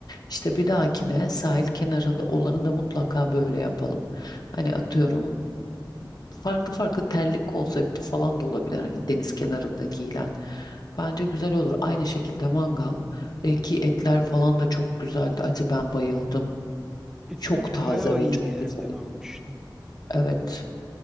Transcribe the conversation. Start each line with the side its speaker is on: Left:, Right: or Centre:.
Left: İşte bir dahakine sahil kenarında olanı da mutlaka böyle yapalım. Hani atıyorum farklı farklı terlik konsepti falan da olabilir. Hani deniz kenarında giyilen. Bence güzel olur. Aynı şekilde mangal. E, ki etler falan da çok güzeldi. Ati ben bayıldım.
Centre: İtleri
Left: Çok taze
Centre: bayağı
Left: ve
Centre: iyi
Left: çok
Centre: bir yerden
Left: güzel.
Centre: almıştın.
Left: Evet.